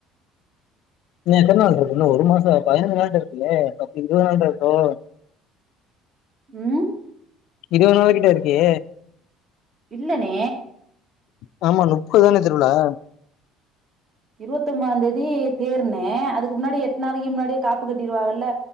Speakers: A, on the left; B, on the right.
A: நீ எத்தனை நாள் இருக்கு இன்னும் ஒரு மாசம் பதினைந்து நாள் இருக்குல்லே பத்த இருபது நாள் இருக்கோ
B: உம்
A: இருவதுனாள் கிட்ட இருக்கே
B: இல்லனே
A: <inaudible> ஆமா முப்பது தானே திருவிழா
B: இருபத்தி தொம்பதாம் தேதி தேர்னே அதுக்கு முன்னாடி எட்டு நாளைக்கு முன்னாடியே காப்பு கட்டிருவாங்கல்ல